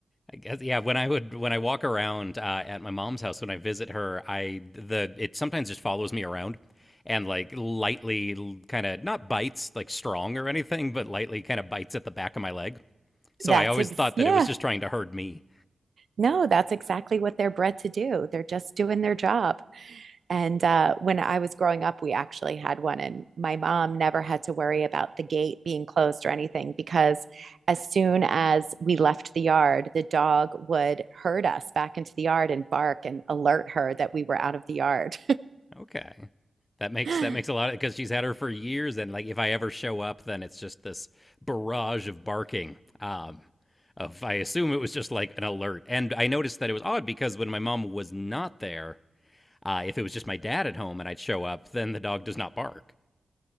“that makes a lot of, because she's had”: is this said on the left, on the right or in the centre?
Left